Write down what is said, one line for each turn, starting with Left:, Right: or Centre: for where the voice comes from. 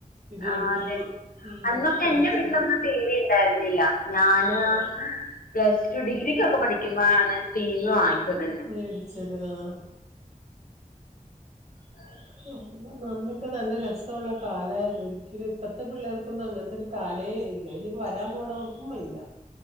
Right: ഇടിവെട്ടി
Left: ആഹ് അതെ
Right: തീ
Left: അന്നൊക്കെ
Right: പൊട്ടിത്തെറിച്ചു.
Left: എന്റെ വീട്ടിലൊന്നും ടി വി ഉണ്ടായിരുന്നില്ല ഞാന്.
Right: ആഹ്
Left: പ്ലസ് ടു ഡിഗ്രിക്കൊക്കെ പഠിക്കുബാണ് ടി വി വാങ്ങിച്ചത്.
Right: മേടിച്ചത് ആഹ്.
Left: ആ
Right: <unintelligible> അന്നൊക്കെ നല്ല രസവുള്ള കാലായിരുന്നു ഒരിക്കലും ഇപ്പത്തെ പിള്ളേർക്കൊന്നും അങ്ങൻത്തെര്. കാലെ ഇല്ലയ്നു. വരാൻ പോണവർക്കും ഇല്ല